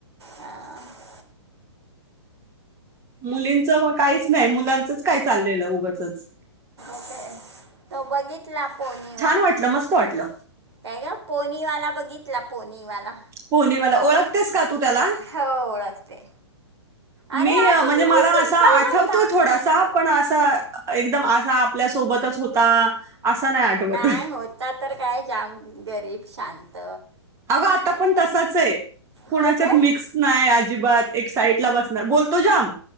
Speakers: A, on the right (about 70°); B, on the right (about 20°).
A: हो
B: मुलींचं व काहीच नाही मुलांचच काय चाललेलं उगचच
A: काय तो बघितला पोनीवा
B: वाटलं मस्त वाटलं
A: काय ग पोनीवाला बघित इला पणीवाला
B: पनी मला ओळखतेस का तू त्याला
A: हो ओळखते अरे
B: मी
A: यार तो
B: म्हणजे
A: किती
B: मला
A: सिम्पल
B: असं आठवतोय
A: होता
B: थोडासा पण असं एकदम असा आपल्यासोबतच होता असा आठवत
A: नाही होता तर काय जाम गरीब शांत
B: अा आता पण तसाच आहे कणाच्यात
A: हो काय
B: मिक्स नाही अजिबात एक साईडला बस बोलतो जाम